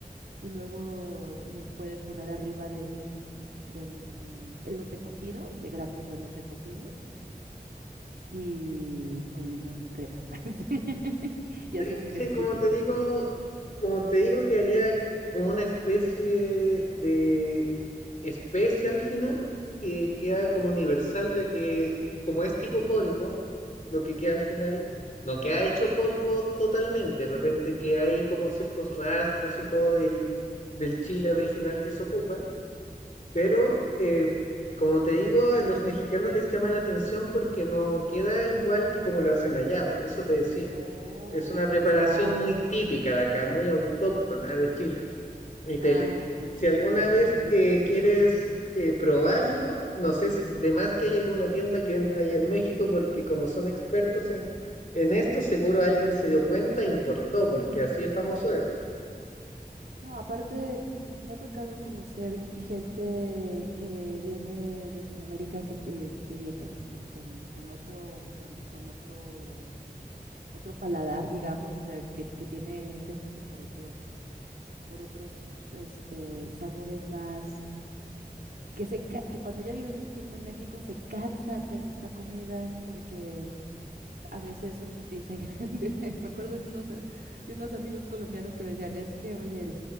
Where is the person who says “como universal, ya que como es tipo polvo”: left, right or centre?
Left